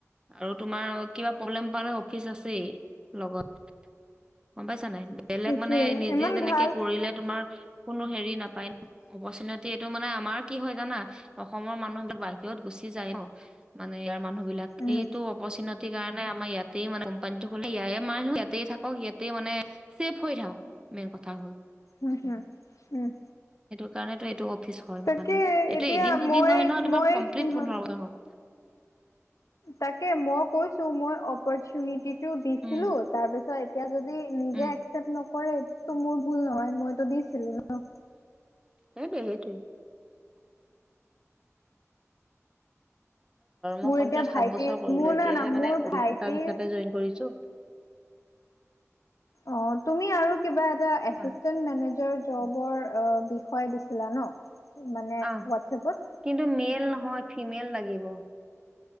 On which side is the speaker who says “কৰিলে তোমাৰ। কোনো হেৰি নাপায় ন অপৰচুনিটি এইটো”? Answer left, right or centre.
Right